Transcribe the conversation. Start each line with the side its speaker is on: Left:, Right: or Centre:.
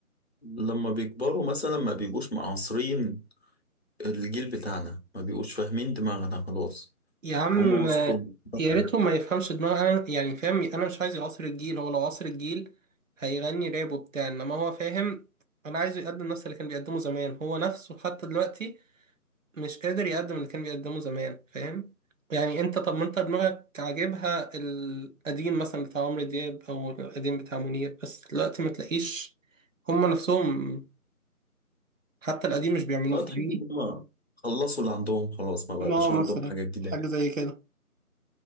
Left: لما بيكبروا مثلا ما بيبقوش معاصرين الجيل بتاعنا ما بيبقوش فاهمين دماغنا خلاص
Right: يا عم
Left: هم وصلوا لمرحلة
Right: يا
Left: تانية.
Right: ريتهم ما يفهمش دماغ أنا- يعني فاهم أنا مش عايز يعاصر الجيل هو لو عاصر الجيل هيغني راب وبتاع إنما هو فاهم أنا عايزه يقدم نفس اللي كان بيقدمه زمان هو نفسه حتى دلوقتي مش قادر يقدم اللي كان بيقدمه زمان فاهم يعني انت طب ما انت دماغك عاجبها القديم مثلا بتاع عمرو دياب او القديم بتاع منير بس دلوقتي ما تلاقيش هما نفسهم حتى القديم مش بيعملوه
Left: اه
Right: فاهمني
Left: تحس ان هم خلصوا اللي عندهم خلاص ما بقاش
Right: اه
Left: عندهم
Right: مثلا
Left: حاجه جديده
Right: حاجة زي كده